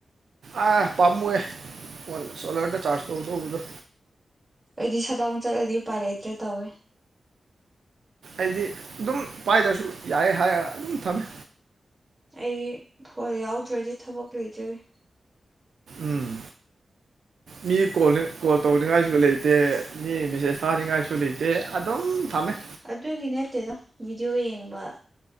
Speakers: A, on the right (about 80°); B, on the right (about 20°).
A: ꯑ ꯄꯥꯝꯃꯨꯍꯦ ꯁꯣꯂꯣꯟꯇ ꯆꯥꯔꯖ ꯇꯧꯗꯣꯧꯕꯗꯣ
B: ꯑꯩꯗꯤ ꯁꯗꯥꯎ ꯆꯠꯂꯗꯤ ꯎꯄꯥꯏ ꯂꯩꯇ꯭ꯔꯦ ꯇꯧꯋꯦ
A: ꯑꯩꯗꯤ ꯑꯗꯨꯝ ꯄꯥꯏꯗ꯭ꯔꯁꯨ ꯌꯥꯏ ꯍꯥꯏꯔꯒ ꯑꯗꯨꯝ ꯊꯝꯃꯦ
B: ꯑꯩ ꯌꯥꯎꯗ꯭ꯔꯗꯤ ꯊꯕꯛ ꯂꯩꯣꯏꯖꯔꯤ
A: ꯎꯝ ꯃꯤ ꯀꯣꯜ ꯀꯣꯜ ꯇꯧꯅꯤꯡꯉꯥꯏꯁꯨ ꯂꯩꯇꯦ ꯃꯤ ꯃꯦꯁꯦꯁ ꯊꯥꯅꯤꯡꯉꯥꯏꯁꯨ ꯂꯩꯇꯦ ꯑꯗꯨꯝ ꯁꯝꯅꯩ
B: ꯑꯗꯨꯒꯤ ꯅꯠꯇꯦꯗ ꯚꯤꯗꯤꯑꯣ ꯌꯦꯡꯕ